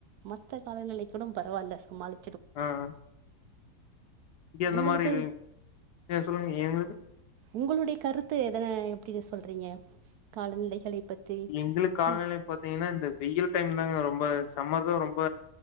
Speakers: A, on the right (about 70°); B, on the left (about 75°).
A: மத்த காலநிலை கூட பரவாயில்ல சமாளி
B: ஆஹ் இங்க அந்த
A: உங்களுக்கு
B: மாதிரி இல் ஏன் சொல்லுங்க எங்களுக்கு
A: உங்களுடைய கருத்து எதன எப்படி சொல்றீங்க காலநிலைகளை பத்தி?
B: எங்களுக்கு காலநிலை
A: ம்.
B: பாத்தீங்கன்னா இந்த வெயில் டைம் ரொம்ப சம்மர் தா ரொம்ப